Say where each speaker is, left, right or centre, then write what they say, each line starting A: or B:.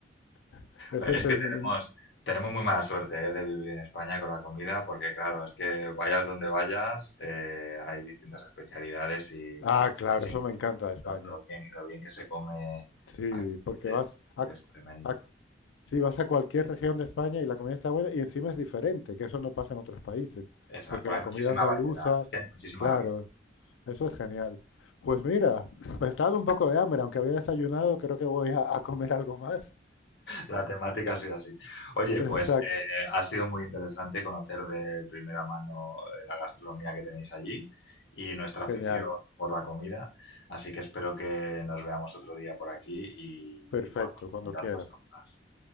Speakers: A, on the left (about 80°); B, on the left (about 60°).
A: <laughs> Ese
B: Eh,
A: es
B: Es que
A: en
B: tenemos,
A: un-
B: tenemos muy mala suerte, eh, de vivir en España con la comida, porque claro, es que vayas donde vayas, eh, hay distintas especialidades y
A: ah, claro,
B: es increíble.
A: eso me encanta de España.
B: Lo, lo bien, lo bien que se come
A: Sí,
B: aquí
A: porque
B: es,
A: vas a,
B: es tremendo.
A: a- sí, vas a cualquier región de España y la comida está buena y encima es diferente, que eso no pasa en otros países,
B: Es- hay
A: porque la
B: muchísima
A: comida andaluza,
B: variedad, es que hay muchísima
A: claro,
B: variedad.
A: eso es genial. Pues mira, <laughs> me está dando un poco de hambre, aunque había desayunado, creo que voy a, a comer algo más.
B: la temática ha sido así. Oye,
A: <laughs> Exacto,
B: pues eh, eh, ha sido muy interesante conocer de primera mano eh, la gastronomía que tenéis allí y nuestra
A: genial,
B: afición por la comida. Así que espero que nos veamos otro día por aquí y,
A: perfecto,
B: y podamos
A: cuando
B: comentar
A: quieras.
B: más cosas.